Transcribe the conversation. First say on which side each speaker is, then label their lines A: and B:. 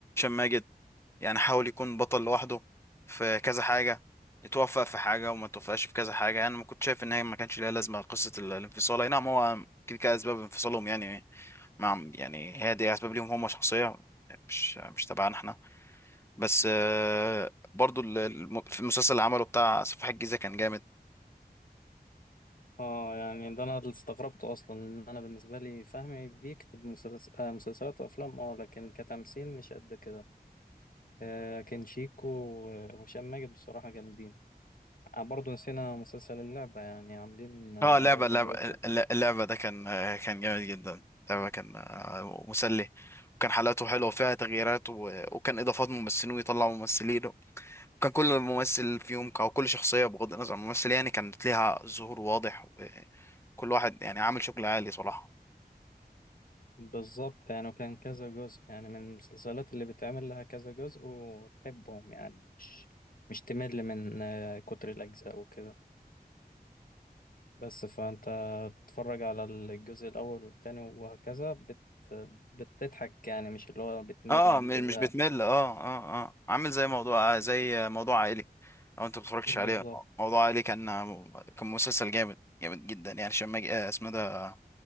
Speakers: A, on the left; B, on the left.
A: ماجد يعني حاول يكون بطل لوحده في كذا حاجه يتوفق في حاجه وما توفقش في كذا حاجه انا ما كنت شايف ان هي ما كانش ليها لازمه قصه ال- الانفصال اي نعم هو كده كده اسباب انفصالهم يعني مع يعني هي دي اسباب ليهم هم شخصيه مش مش تبعنا احنا بس آه، برضو ال- الم- في المسلسل اللي عمله بتاع سفاح الجيزة كان جامد
B: اه يعني ده انا اللي استغربته اصلا ان انا بالنسبة لي فهمي بيكتب مسلس- آه، مسلسلات وافلام اه لكن كتمثيل مش قد كده آه، لكن شيكو و- وهشام ماجد بصراحة جامدين آه، برضه نسينا مسلسل اللعبة يعني عاملين آه،
A: اه اللعبة
B: برضه
A: اللعبة
B: دويت
A: الل- اللعبة ده كان آه، كان جامد جدا اللعبة كان آه، مسلي وكان حلقاته حلوة وفيها تغييرات و... وكان إضافات ممثلين ويطلعوا ممثلين وكان كل ممثل فيهم أو كل شخصية بغض النظر عن الممثل يعني كانت ليها ظهور واضح وكل واحد يعني عامل شغل عالي صراحة
B: بالظبط يعني وكان كذا جزء يعني من المسلسلات اللي بتعمل لها كذا جزء وتحبهم يعني مش مش تمل من آه، كتر الأجزاء وكده بس فأنت تتفرج على الجزء الأول والتاني وهكذا بت بتضحك يعني مش اللي هو بتمل
A: اه مش
B: تزهق
A: مش بتمل اه اه اه عامل زي موضوع آه، زي موضوع عائلي لو انت متفرجتش عليه
B: بالظبط
A: موضوع عائلي كان كان مسلسل جامد جامد جدا يعني عشان ماجد آه، اسمه ده